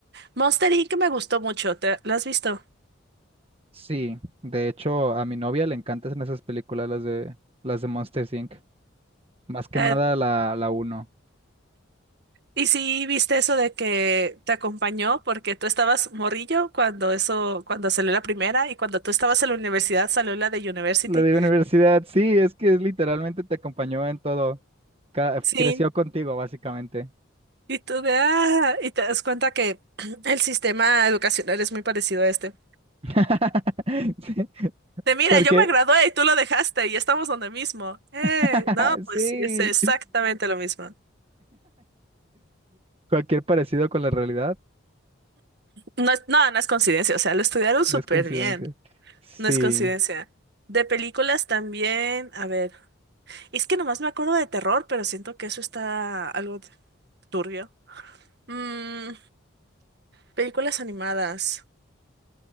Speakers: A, on the right; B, on the right.
A: Monster Inc. me gustó mucho, ¿te, ¿la has visto?
B: sí. De hecho, a mi novia le encantan esas películas, las de, las de Monsters Inc. Más que
A: Eh,
B: nada la, la uno
A: y sí, viste eso de que te acompañó porque tú estabas morrillo cuando eso, cuando salió la primera y cuando tú estabas en la universidad salió la de University.
B: La de universidad, sí, es que es literalmente te acompañó en todo. Ca-
A: Sí,
B: Creció contigo, básicamente.
A: y tú de ah, y te das cuenta que <clears throat> el sistema educacional es muy parecido a este.
B: <laughs> Sí,
A: De mira,
B: Cualquier,
A: yo me gradué y tú lo dejaste y estamos donde mismo. Eh,
B: <laughs>
A: no,
B: sí,
A: pues sí, es exactamente lo mismo.
B: cualquier parecido con la realidad
A: No, es- no, no es coincidencia, o sea, lo estudiaron súper
B: No es coincidencia.
A: bien.
B: Sí.
A: No es coincidencia. De películas también, a ver, es que nomás me acuerdo de terror, pero siento que eso está algo turbio. Mm, películas animadas.